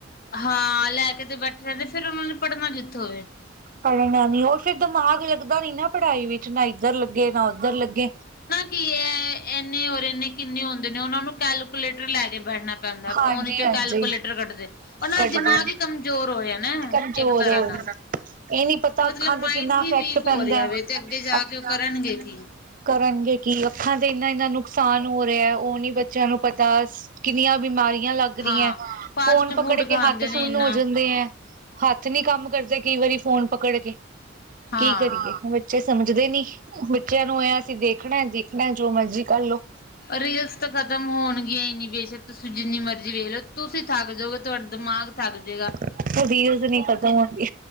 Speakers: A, on the left; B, on the right.
A: ਹਾਂ ਲੈ ਕੇ ਤੇ ਬੈਠੇ ਰੈਂਦੇ ਫਿਰ ਉਨਾ ਨੇ ਪੜ੍ਹਨਾ ਜਿੱਥੋਂ ਏ।
B: ਪੜ੍ਹਨਾ ਨੀ ਓ ਫਿਰ ਦਿਮਾਗ ਲੱਗਦਾ ਨੀ ਨਾ ਪੜ੍ਹਾਈ ਵਿੱਚ ਨਾ ਇੱਧਰ ਲੱਗੇ ਨਾ ਉੱਧਰ ਲੱਗੇ।
A: ਕੀ ਐ ਇੰਨੇ ਔਰ ਇੰਨੇ ਕਿੰਨੇ ਹੁੰਦੇ ਨੇ ਉਹਨਾਂ ਨੂੰ ਕੈਲਕੂਲੇਟਰ ਲੈ ਕੇ ਬੈਨਾ। ਪੈਂਦਾ
B: ਹਾਂਜੀ
A: ਫੋਨ ਚੋਂ
B: ਹਾਂਜੀ
A: ਕੈਲਕੂਲੇਟਰ ਕੱਢਦੇ ਉਹਨਾਂ
B: ਕੱਢਦੇ
A: ਦਾ ਦਿਮਾਗ ਹੀ ਕਮਜ਼ੋਰ ਹੋ ਰਿਆ ਨਾ
B: ਕਮਜ਼ੋਰ
A: ਇੱਕ ਤਰ੍ਹਾਂ
B: ਹੋ
A: ਨਾਲ
B: ਇਹ ਨੀ ਪਤਾ
A: ਤੇ ਮਤਲਬ
B: ਅੱਖਾਂ
A: ਮਾਇੰਡ
B: ਕਿੰਨਾ
A: ਹੀ
B: ਇਫੈਕਟ
A: ਵੀਕ ਹੋ
B: ਪੈਂਦਾ
A: ਰਿਆ
B: ਹੈ।
A: ਵੇ ਤੇ ਅੱਗੇ ਜਾ ਕੇ ਓ ਕਰਨਗੇ ਕੀ।
B: ਕਰਨਗੇ ਕੀ ਅੱਖਾਂ ਤੇ ਇੰਨਾ-ਇੰਨਾ ਨੁਕਸਾਨ ਹੋ ਰਿਆ ਓ ਨੀ ਬੱਚਿਆਂ ਨੂੰ ਪਤਾ ਕਿੰਨੀਆਂ ਬਿਮਾਰੀਆਂ ਲੱਗ ਰਈਆਂ
A: ਹਾਂ ਫਾਸਟ
B: ਫੋਨ ਪਕੜ
A: ਫੂਡ
B: ਕੇ
A: ਖਾਂਦੇ
B: ਹੱਥ
A: ਨੇ
B: ਸੁੰਨ
A: ਇੰਨਾ
B: ਹੋ ਜਾਂਦੇ ਐ। ਹੱਥ ਨੀ ਕੰਮ ਕਰਦੇ ਕਈ ਵਾਰੀ ਫੋਨ ਪਕੜ ਕੇ
A: ਹਾਂ
B: ਕੀ ਕਰੀਏ। ਬੱਚੇ ਸਮਝਦੇ ਨੀ ਬੱਚਿਆਂ ਨੂੰ ਇਹ ਅਸੀਂ ਦੇਖਣਾ-ਦੇਖਣਾ ਜੋ ਮਰਜੀ ਕਰ ਲੋ।
A: ਰੀਲਸ ਤਾਂ ਖਤਮ ਹੋਣਗੀਆਂ ਨੀ ਇੰਨੀ ਬੇਸ਼ੱਕ ਤੁਸੀਂ ਜਿੰਨੀ ਮਰਜ਼ੀ ਵੇਖ ਲੋ। ਤੁਸੀਂ ਥੱਕ ਜਾਓਗੇ ਤੁਹਾਡਾ ਦਿਮਾਗ ਥੱਕ ਜੇਗਾ।
B: ਓ ਰਲੀਜ਼ ਨੀ ਖਤਮ ਹੁੰਦੀ